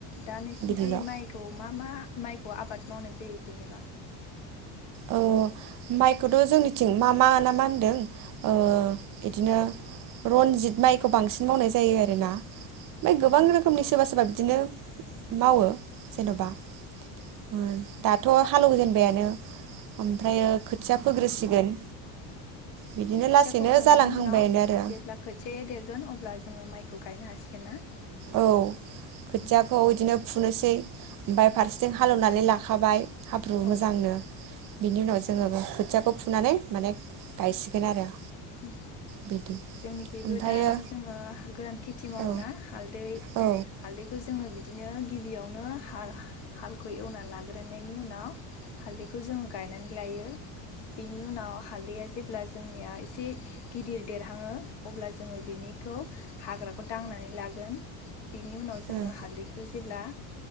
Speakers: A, on the left; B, on the right.
A: दा नोंसिनिखि
B: बिदिल'
A: माइखौ मा मा माइखौ आबाद मावनाय जायो जेनेबा
B: औ माइखौथ' जोंनिथिं मा मा ना मा होनदों ओ इदिनो रनजित माइखौ बांसिन मावनाय जायो आरोना ओइ गोबां
A: औ
B: रोखोमनि सोरबा सोरबा बिदिनो मावो जेन'बा ओ दाथ' हालेवजेनबायानो ओमफ्रायो खोथिया फोग्रोसिगोन बिदिनो
A: खोथिया
B: लासैनो
A: फोखांनायनि
B: जालांहांबायानो
A: उनाव
B: आरो
A: जेब्ला खोथियाया देरगोन अब्ला जोङो माइखौ गायनो हासिगोन ना
B: औ खोथियाखौ
A: उम
B: इदिनो फुनोसै ओमफाय फारसेथिं हालेवनानै लाखाबाय हाब्रु
A: औ
B: मोजांनो बिनि उनाव जोङो खोथियाखौ फुनानै माने गायसिगोन आरो
A: उम
B: बिदि
A: जोंनिखैबो
B: ओमफ्रायो
A: दा जोङो गोरान खेथि मावोना
B: औ
A: हालदै
B: औ
A: हालदैखौ जोङो बिदिनो गिबियावनो हा-हालखौ एवनानै लाग्रोननायनि उनाव हालदैखौ जोङो गायनानै लायो बिनि उनाव हालदैया जेब्ला जोंनिया इस इसे गिदिर देरहाङो अब्ला जोङो बिनिखौ हाग्राखौ दांनानै लागोन बिनि उनाव जोङो
B: उम
A: हालदैखो जेब्ला